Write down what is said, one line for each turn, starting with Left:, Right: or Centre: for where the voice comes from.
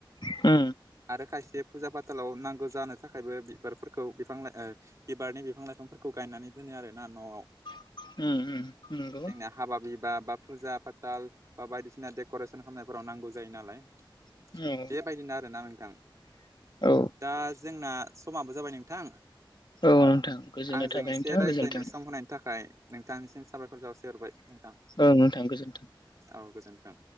Left: आ
Right: आरो खायसे फुजा फाथालाव नांगौ जानो थाखायबो बिबारफोरखौ बिफां लाइ बिबारनि बिफां लाइफांफोरखौ गायनानै दोनो आरोना न'आव
Left: <unintelligible> उम उम
Right: जोंना हाबा बिबा बा फुजा फाथाल बा बायदिसिना डेक'रेसन खालामनायफोराव नांगौ जायो नालाय
Left: औ
Right: बेबायदिनो आरोना नोंथां
Left: औ
Right: दा जोंना समाबो जाबाय नोंथां
Left: औ नोंथां गोजोननाय
Right: आंजों
Left: थाबाय
Right: एसे
Left: नोंथां
Right: रायज्लायनो
Left: गोजोन्थों
Right: सम होनायनि थाखाय नोंथांनिसिम साबायखर जसे हरबाय नोंथां
Left: औ नोंथां गोजोन्थों
Right: औ गोजोन्थों